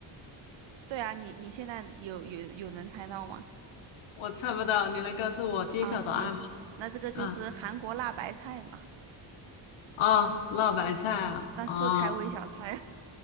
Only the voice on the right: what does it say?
对啊，你你现在有有有能猜到吗？
啊，行，那这个就是韩国辣白菜嘛，
那是开胃小菜啊。
<laughs>